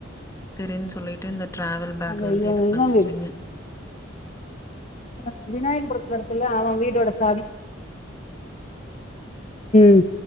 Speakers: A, on the left; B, on the left.
A: செரின் சொல்லிட்டு இந்த ட்ராவல் பேக்
B: அந்த
A: வந்து
B: இவ
A: இது
B: இவ
A: பண்ணுச்சுன்னு
B: வீடு அ விநாயகபுரத்துல இருக்குல்ல அவ வீடோட சாவி ம்